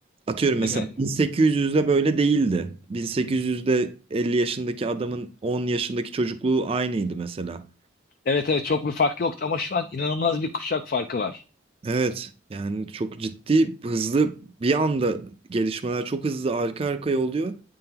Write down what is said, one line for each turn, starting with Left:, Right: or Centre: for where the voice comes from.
Right: atıyorum
Left: Değil
Right: mesela
Left: mi?
Right: 1800'de böyle değildi. 1800'de 50 yaşındaki adamın 10 yaşındaki çocukluğu aynıydı mesela.
Left: Evet evet çok bir fark yoktu ama şu an inanılmaz bir kuşak farkı var.
Right: Evet yani çok ciddi hızlı bir anda gelişmeler çok hızlı arka arkaya oluyor